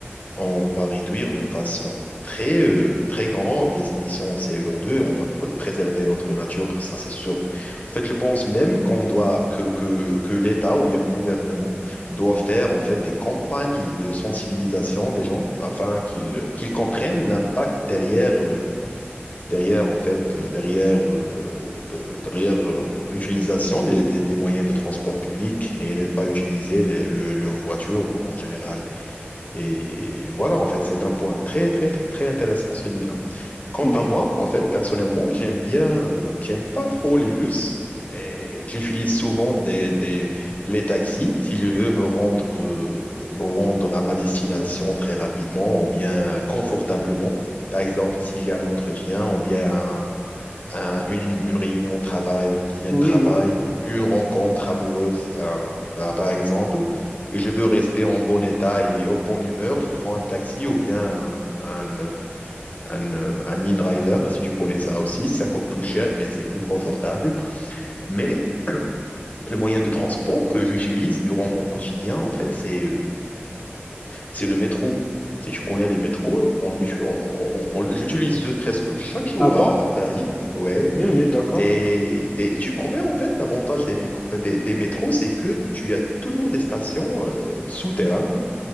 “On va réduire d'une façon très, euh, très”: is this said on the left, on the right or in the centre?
Left